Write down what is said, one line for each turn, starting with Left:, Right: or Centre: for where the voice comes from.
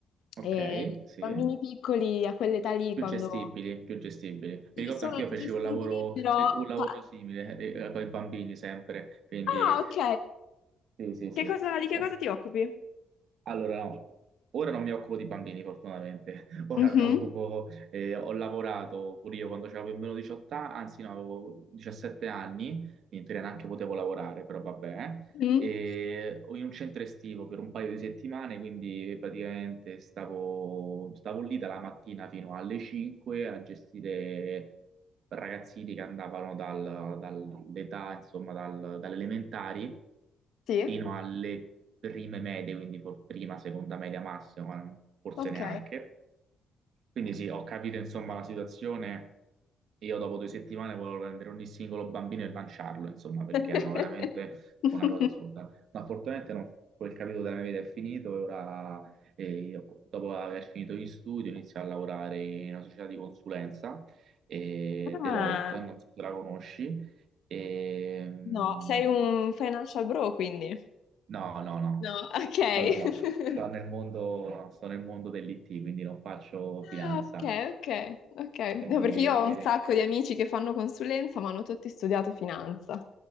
Right: ok,
Left: e i
Right: sì.
Left: bambini piccoli a quell'età lì
Right: Più
Left: quando...
Right: gestibili, più gestibili. Mi ricordo
Left: Sì, sono
Right: anche io feci
Left: gestibili,
Right: un lavoro,
Left: però...
Right: un lavoro
Left: pa-
Right: simile eh, con i bambini sempre, quindi
Left: Ah, ok.
Right: sì, sì, sì.
Left: Che cosa, di che
Right: Oh.
Left: cosa ti occupi?
Right: Allora, no, ora non mi occupo di bambini, fortunatamente. <laughs> Ora
Left: Mhm.
Right: mi occupo, eh, ho lavorato pure io quando avevo meno 18 anni, anzi no, avevo 17 anni, quindi in teoria neanche potevo lavorare, però vabbè
Left: Mhm.
Right: e o in un centro estivo per un paio di settimane, quindi praticamente stavo, stavo lì dalla mattina fino alle 5 a gestire ragazzini che andavano dal- dall'età, insomma, dal, dalle elementari
Left: Sì,
Right: fino alle prime medie, quindi for- prima, seconda media massima, ma forse
Left: ok.
Right: neanche. Quindi sì, ho capito insomma la situazione. Io dopo due settimane volevo prendere ogni singolo bambino e lanciarlo, insomma, perché
Left: <laughs>
Right: erano veramente una cosa assurda. Ma fortunatamente no, quel capitolo della mia vita è finito e ora, eh, io, dopo aver finito gli studi, ho iniziato a lavorare in una società di consulenza, eh,
Left: Ah,
Right: Deloitte, non so se la conosci. E, mm,
Left: no, sei un financial bro quindi.
Right: no, no, no.
Left: No, ok.
Right: No, no, no. Sto
Left: <laughs>
Right: nel mondo, no, sto nel mondo dell'IT, quindi non faccio finanza
Left: Ah, ok, ok, ok.
Right: quindi
Left: No, perché io ho un sacco di amici che fanno consulenza, ma hanno tutti studiato finanza.